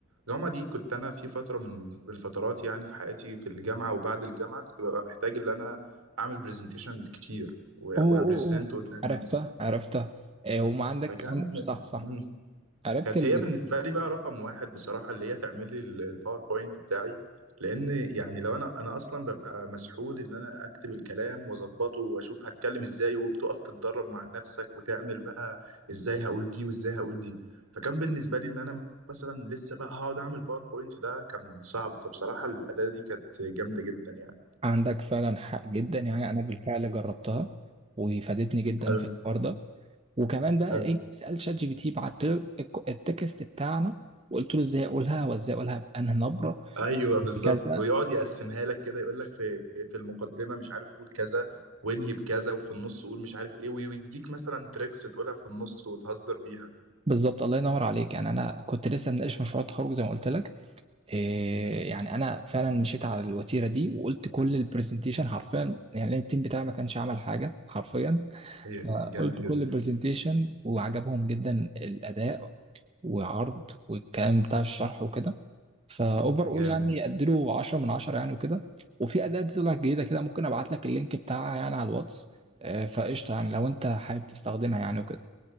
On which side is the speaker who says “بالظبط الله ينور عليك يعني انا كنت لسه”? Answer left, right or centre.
Right